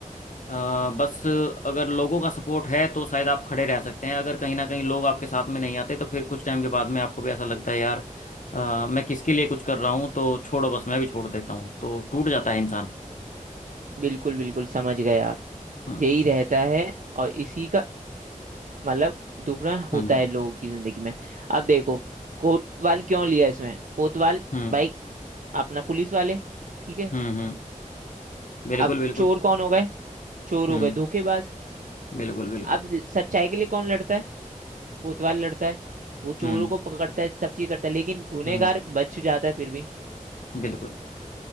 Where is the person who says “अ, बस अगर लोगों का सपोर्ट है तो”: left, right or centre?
Left